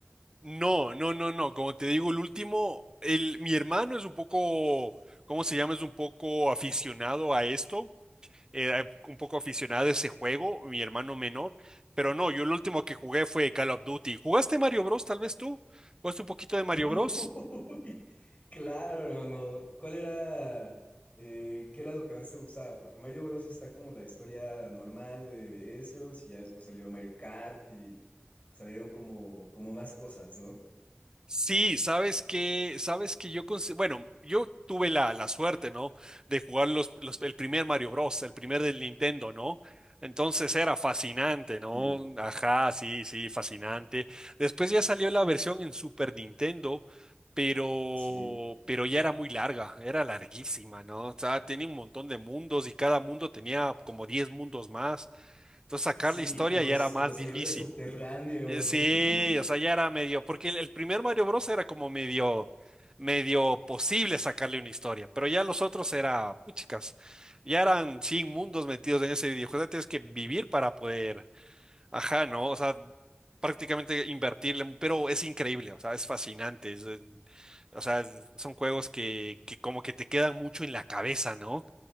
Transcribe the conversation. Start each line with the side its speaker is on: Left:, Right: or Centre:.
Right: no, no, no, no. Como te digo, el último, el, mi hermano es un poco, ¿cómo se llama? Es un poco aficionado a esto, eh, un poco aficionado a ese juego, mi hermano menor. Pero no, yo el último que jugué fue Call of Duty. ¿Jugaste Mario Bros? Tal vez tú. ¿Jugaste un poquito de Mario
Left: Uy,
Right: Bros?
Left: claro, hermano. ¿Cuál era, eh, qué era lo que más te gustaba? Porque Mario Bros. está como la historia normal de ellos y ya después salió Mario Kart y salieron como, como más cosas, ¿no?
Right: Sí, sabes que, sabes que yo, consi- bueno, yo tuve la, la suerte, ¿no? De jugar los, los- el primer Mario Bros, el primer del Nintendo, ¿no? Entonces era fascinante, ¿no?
Left: Sí.
Right: Ajá, sí, sí, fascinante. Después ya salió la versión en Super Nintendo, pero,
Left: Sí.
Right: pero ya era muy larga, era larguísima, ¿no? O sea, tenía un montón de mundos y cada mundo tenía como 10 mundos más. Entonces sacar
Left: Sí,
Right: la historia
Left: y los,
Right: ya era más
Left: y los
Right: difícil.
Left: niveles subterráneos,
Right: Eh, Sí,
Left: sí. <laughs>
Right: o sea, ya era medio, porque el, el primer Mario Bros. era como medio, medio posible sacarle una historia, pero ya los otros era, puchicas, ya eran 100 mundos metidos en ese videojuego, o tienes que vivir para poder, ajá, ¿no? O sea, prácticamente invertirle, pero es increíble, o sea, es fascinante, es el- o sea, es- son juegos que, que como que te quedan mucho en la cabeza, ¿no?